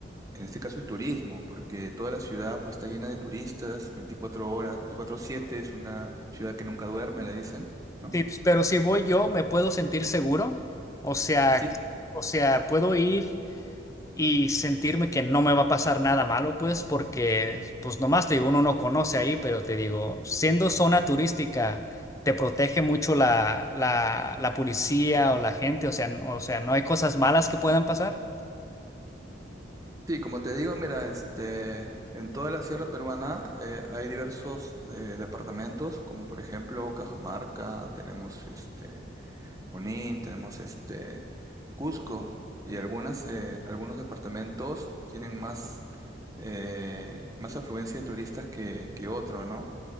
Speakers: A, on the right (about 20°); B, on the left (about 15°).
A: en este caso el turismo, porque toda la ciudad pues está llena de turistas, 24 horas, 24/7, es una ciudad que nunca duerme, le dicen, ¿no?
B: Sí, pues, pero si voy yo, ¿me puedo sentir seguro? O sea,
A: Sí,
B: o sea, puedo ir. y sentirme que no me va a pasar nada malo, pues, porque, pues, nomás te digo, uno no conoce ahí, pero te digo, siendo zona turística, te protege mucho la, la, la policía o la gente, o sea, n- o sea, no hay cosas malas que puedan pasar.
A: sí, como te digo, mira, este, en toda la sierra peruana eh, hay diversos eh, departamentos, como por ejemplo Cajamarca, tenemos este. Junín, tenemos este Cusco y algunas, eh, algunos departamentos tienen más, eh, más afluencia de turistas que, que otro, ¿no?